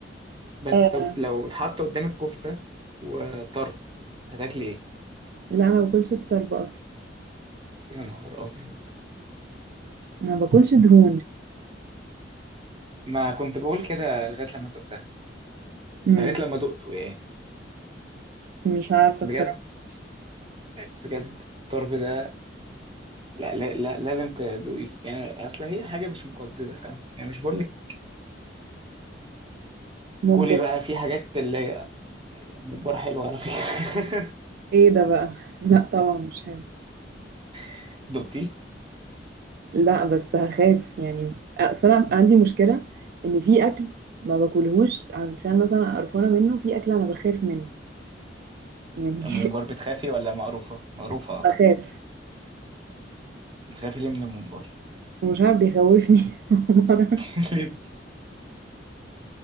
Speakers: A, on the right; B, on the right.
A: بس
B: آه.
A: طب لو اتحط قدامك كفته وطرب هتاكلي ايه
B: لا أنا ما باكلش الطرب أصلا
A: يا نهار ابيض
B: أنا ما باكلش دهون
A: ما كنت بقول كده لغاية لما دقتها
B: مم.
A: لغاية لما دقته يعني
B: مش عارفة
A: بجد
B: الصراحة
A: بجد الطرب ده لا لا, لا لازم تدوقيه يعني اصل هي حاجة مش مقززة فاهم يعني مش بقول لك
B: ممبار
A: كولي بقى في حاجات اللي هي ممبار حلوة على فكرة
B: ايه ده بقى <laughs> لا طبعا مش حلو
A: <laughs> دقتيه
B: لا بس هخاف يعني اصل انا عندي مشكله ان في اكل ما باكلهوش عشان مثلا قرفانه منه في اكل انا بخاف منه يعني
A: الممبار بتخافي ولا مقروفة؟ مقروفة أعتقد
B: <laughs> بخاف
A: بتخافي ليه من الممبار؟
B: ومش عارف بيخوفني <laughs> معرفش
A: <laughs> ليه؟